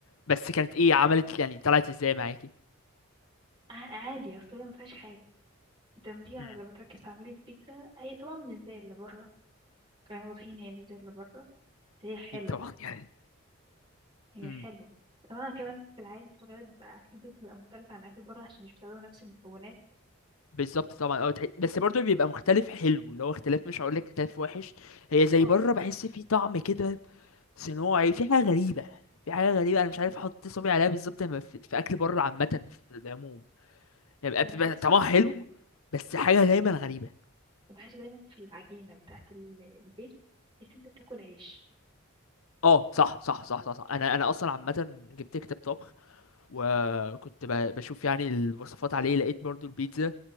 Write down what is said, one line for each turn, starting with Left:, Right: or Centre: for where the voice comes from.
Left: بس كانت ايه عملت يعني طلعت ازاي معاكي
Right: ع- عادي أصل هي مفيهاش حاجة انت لما تيجي لما
Left: امم
Right: تركز في عميل البيتزا هي طبعا مش زي اللي بره كانوا واضحين هي مش زي اللي بره بس هي حلوة
Left: اكيد طبعا <laughs> يعني
Right: هي
Left: امم
Right: حلوة طبعا كمان في العادي في الغالب أكل البيت بيبقى مختلف عن أكل بره عشان مش بيستخدموا نفس المكونات
Left: بالظبط طبعا اه تح- بس برضه بيبقى مختلف حلو اللي هو اختلاف مش هقول لك اختلاف وحش هي زي
Right: اه
Left: بره بحس في طعم كده صناعي في حاجة غريبة في حاجة غريبة أنا مش عارف أحط صبعي عليها بالظبط لما في في أكل بره عامة في العموم يعني
Right: اللي
Left: بتبقى
Right: بحسه
Left: طعمها حلو بس حاجة دايما غريبة
Right: اللي بحسه دايما في العجينة بتاعة ال- البيت إن أنت بتاكل عيش
Left: اه صح صح صح صح, صح. انا انا اصلا عامه جبت كتاب طبخ وكنت ب- بشوف يعني الوصفات عليه لقيت برضو البيتزا